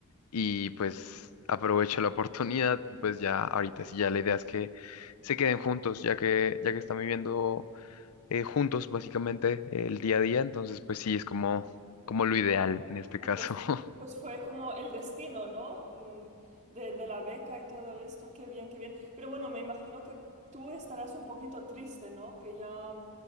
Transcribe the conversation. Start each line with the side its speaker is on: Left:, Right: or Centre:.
Left: y pues aprovechó la oportunidad y pues ya ahorita sí, ya la idea es que se queden juntos, ya que, ya que están viviendo eh, juntos, básicamente, eh, el día a día. Entonces, pues sí, es como, como lo ideal en este
Right: Ay,
Left: caso.
Right: pues,
Left: <laughs>
Right: pues fue como el destino, ¿no? Mm, De, de la beca y todo esto. Qué bien, qué bien. Pero bueno, me imagino que tú estarás un poquito triste, ¿no? Que ya...